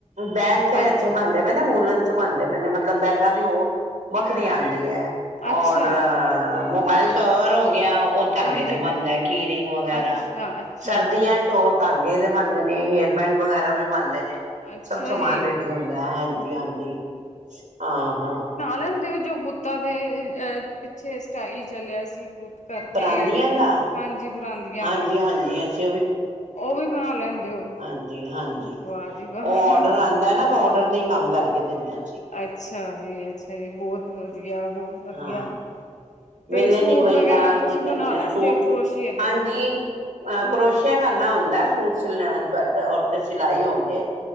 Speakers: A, on the right; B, on the left.
A: ਬੈਂਗ ਤੇ
B: ਹਾਂਜੀ
A: ਅੱਛੇ ਬਣਦੇ ਵੂਲਣ ਚੁ ਬਉਂਦੇ ਪਹ ਨੇ ਮਤਲਬ ਬੈਗਾਂ ਦੀ ਉਨ ਵਖਰੀ ਆਉਂਦੀ ਹੈ
B: ਅੱਛਾ,
A: ਔਰ, ਮੋਬਾਈਲ ਕਵਰ ਹੋ ਗਿਆ ਉਹ ਧਾਗੇ
B: ਹਾਂਜੀ,
A: ਦਾ ਬਣਦਾ ਕੀ ਰਿੰਗ ਵਗੈਰਾ।
B: ਅੱਛਾ, ਅੱਛਾ,
A: ਯਾ 'ਚੋਂ ਧਾਗੇ ਦੇ ਬਣਦੇ ਨੇ, ਹੇਅਰਬੈਂਡ ਵਗੈਰਾ ਵੀ ਬਣਦੇ ਨੇ।
B: ਅੱਛਾ
A: ਸਭ ਸਮਾਨ
B: ਜੀ।
A: ਰੇਡੀ ਹੁੰਦਾ ਹਾਂਜੀ ਹਾਂਜੀ ਹਾਂ ਹਾਂ
B: ਬਣਾਉਂਦੇ ਓ ਜੋ ਗੁੱਤਾਂ ਦੇ ਪਿੱਛੇ ਸਟਾਈਲ ਚੱਲਿਆ ਸੀ। ਗੁੱਤ ਕਰਕੇ,
A: ਪਰਾਂਦੀਆਂ ਦਾ
B: ਹਾਂਜੀ ਪਰਾਂਦੀਆਂ
A: ਹਾਂਜੀ-ਹਾਂਜੀ
B: ਦਾ
A: ਅਸੀਂ
B: ਉਹ ਵੀ ਬਣਾ ਲੈਂਦੇ ਹੋ।
A: ਹਾਂਜੀ ਹਾਂਜੀ,
B: ਵਾਹ ਜੀ ਵਾਹ
A: ਉਹ ਔਡਰ ਆਉਂਦਾ ਨਾ, ਤਾਂ ਔਡਰ ਤੇ ਹੀ ਕੰਮ ਕਰਕੇ ਦਿੰਨੇ ਹਾਂ।
B: ਅੱਛਾ ਜੀ ਅੱਛਾ ਜੀ ਬਹੁਤ ਵਧੀਆ ਬਹੁਤ ਵਧੀਆ।
A: ਹਾਂ।
B: ਤੇ
A: ਵਿਹਲੇ
B: ਸੂਟ
A: ਨੀ ਬਹੀਦਾ,
B: ਵਗੈਰਾ ਤੁਸੀਂ
A: ਕੀ
B: ਬਣਾ
A: ਕਰੀਏ
B: ਲੈਂਦੇ
A: ਸੂਟ
B: ਹੋ ਕਰੋਸ਼ੀਏ ਦੇ
A: ਹਾਂਜੀ ਅਹ
B: ਸੂਟ
A: ਕਰੋਸ਼ ਕਿਆ ਕਰਨਾ ਹੁੰਦਾ ਸੂਟ ਸੈਟ ਔਰ ਤੇ ਸਿਲਾਈ ਹੋ ਕੇ